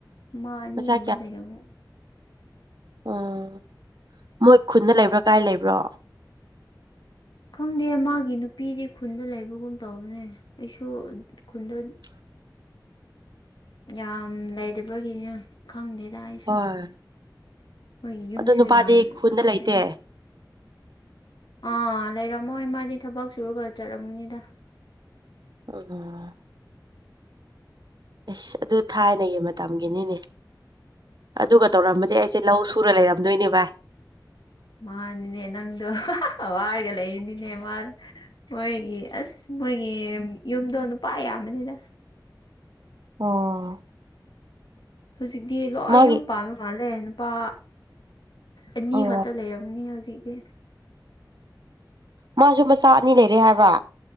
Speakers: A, on the left; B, on the right.
A: ꯑꯃ ꯑꯅꯤꯒꯨꯝꯕ
B: ꯃꯆꯥ
A: ꯂꯩꯔꯝꯃꯨ
B: ꯑꯣ ꯃꯣꯏ ꯈꯨꯗ ꯂꯩꯕ꯭ꯔꯥ ꯀꯥꯏ ꯂꯩꯕ꯭ꯔꯣ
A: ꯈꯪꯗꯦ ꯃꯥꯒꯤ ꯅꯨꯄꯤꯗꯤ ꯈꯨꯟꯗ ꯂꯩꯕꯒꯨꯝ ꯇꯧꯕꯅꯦ ꯑꯩꯁꯨ ꯈꯨꯟꯗ
B: <inaudible>
A: ꯌꯥꯝ ꯂꯩꯇꯕꯒꯤꯅ ꯈꯪꯗꯦꯗ ꯑꯩꯁꯨ
B: ꯍꯣꯏ
A: ꯃꯣꯏꯒꯤ ꯌꯨꯝꯁꯨ
B: ꯑꯗꯨ ꯅꯨꯄꯥꯗꯤ
A: ꯌꯥꯝ
B: ꯈꯨꯟꯗ
A: ꯂꯥꯞꯄꯦꯅ
B: ꯂꯩꯇꯦ
A: ꯑꯥ ꯂꯩꯔꯝꯃꯣꯏ ꯃꯥꯗꯤ ꯊꯕꯛ ꯁꯨꯔꯒ ꯆꯠꯔꯝꯒꯅꯤꯗ
B: ꯑꯣ ꯏꯁ ꯑꯗꯨ ꯊꯥꯏꯅꯒꯤ ꯃꯇꯝꯒꯤꯅꯤꯅꯦ ꯑꯗꯨꯒ ꯇꯧꯔꯃꯗꯤ ꯑꯩ ꯁꯤ ꯂꯧ ꯁꯨꯔ ꯂꯩꯔꯝꯗꯣꯏꯅꯦ ꯚꯏ
A: ꯃꯥꯅꯤꯅꯦ ꯅꯪꯗꯣ ꯋꯥꯔꯒ ꯂꯩꯔꯤꯅꯤꯅꯦ ꯃꯥ ꯃꯣꯏꯒꯤ ꯑꯁ ꯃꯣꯏꯒꯤ ꯌꯨꯝꯗꯣ ꯅꯨꯄꯥ ꯌꯥꯝꯕꯅꯤꯗ
B: ꯑꯣ
A: ꯍꯨꯖꯤꯛꯗꯤ ꯂꯣꯏ
B: ꯃꯥꯒꯤ
A: ꯌꯨꯝ ꯄꯥꯟꯕ ꯃꯥꯜꯂꯦ ꯅꯨꯄꯥ ꯑꯅꯤ
B: ꯑꯣ
A: ꯈꯠꯇ ꯂꯩꯔꯝꯒꯅꯤ ꯍꯧꯖꯤꯛꯇꯤ
B: ꯃꯥꯁꯨ ꯃꯆꯥ ꯑꯅꯤ ꯂꯩꯔꯦ ꯍꯥꯏꯕ